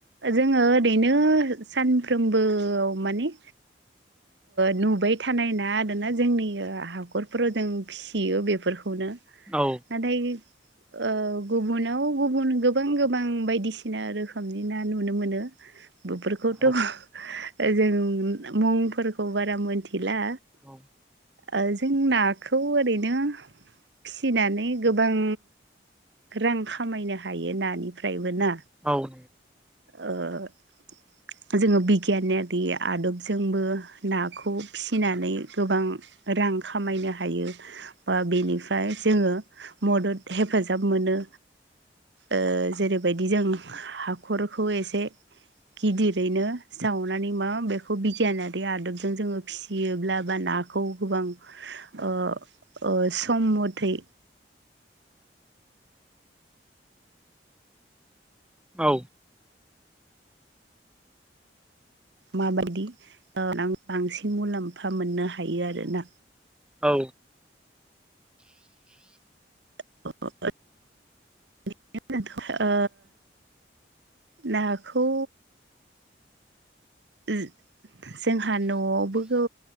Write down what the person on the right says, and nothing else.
जोङो ओरैनो सानफ्रोमबोआव माने नुबाय थानाय ना आरोना जोंनि हाखरफोराव जों सियो बेफोरखौनो
आदै ओ गुबुनाव गुबुन गोबां गोबां बायदिसिना रोखोमनि ना नुनो मोनो। बेफोरखौथ'ओ
जों मुंफोरखौ बारा मिथिला
ओ जों नाखौ ओरैनो फिसिनानै गोबां रां खामायनो हायो नानिफ्रायबो ना?
ओ जोङो बिगियानारि आदबजोंबो नाखौ फिसिनानै गोबां रां खामायनो हायो ओ बेनि फ्राय जोङो मदद हेफाजाब मोनो। ओ जेरैबायदि जों हाखरखौ एसे गिदिरैनो सावनानै मा बेखौ बिगियाना रि आदबजों जोङो फिसियोब्ला बा नाखौ गोबां ओ ओ सम मथै
माबायदि बांसिन ओ मुलाम्फा मोननो हायो आरोना।
<unintelligible> <unintelligible> ओ नाखौ जोंहा न'आवबो गो